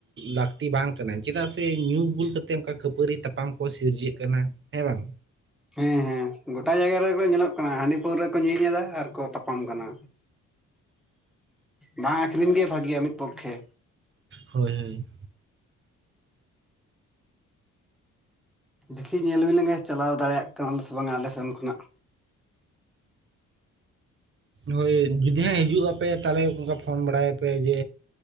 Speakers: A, on the right (about 40°); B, in the centre.
A: ᱞᱟᱹᱠᱛᱤ ᱵᱟᱝ ᱠᱟᱱᱟ, ᱪᱮᱫᱟᱜ ᱥᱮ ᱧᱩ ᱵᱩᱞ ᱠᱟᱛᱮᱫ ᱚᱱᱠᱟ ᱠᱷᱟᱹᱯᱟᱹᱨᱤ ᱛᱟᱯᱟᱢ ᱠᱚ ᱥᱤᱨᱡᱟᱹᱜ ᱠᱟᱱᱟ ᱦᱮᱸ ᱵᱟᱝ,
B: ᱦᱮᱸ ᱦᱮᱸ ᱜᱚᱴᱟ ᱡᱟᱭᱜᱟ ᱨᱮ ᱧᱮᱞᱚᱜ ᱠᱟᱱᱟ, ᱦᱟᱺᱰᱤ ᱯᱟᱹᱣᱨᱟᱹ ᱨᱮᱠᱚ ᱧᱩ ᱮᱫᱟ ᱟᱨ ᱠᱚ ᱛᱟᱯᱟᱢ ᱟᱠᱟᱱᱟ᱾ ᱵᱟᱝ ᱟᱠᱠᱷᱨᱤᱧ ᱜᱮ ᱵᱷᱟᱹᱜᱮᱭᱟ ᱢᱤᱫ ᱯᱚᱠᱷᱮ᱾
A: ᱦᱳᱭ ᱦᱳᱭ
B: ᱫᱮᱠᱷᱤ ᱧᱮᱞ ᱵᱮᱱ ᱞᱮᱱᱠᱷᱟᱱ ᱪᱟᱞᱟᱣ ᱫᱟᱲᱮᱭᱟᱜ ᱠᱟᱱᱟᱞ ᱥᱮ ᱵᱟᱝᱼᱟ ᱟᱞᱮ ᱥᱮᱱ ᱠᱷᱚᱱᱟᱜ?
A: ᱦᱳᱭ ᱡᱩᱫᱤ ᱦᱟᱸᱜ ᱦᱤᱡᱩᱜ ᱟᱯᱮ ᱛᱟᱦᱞᱮ ᱚᱱᱠᱟ ᱯᱷᱳᱱ ᱵᱟᱲᱟᱭᱟ ᱟᱯᱮ ᱡᱮ